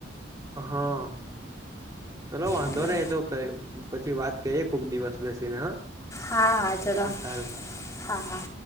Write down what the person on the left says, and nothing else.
એટલે
હા હા ચલો
હા હા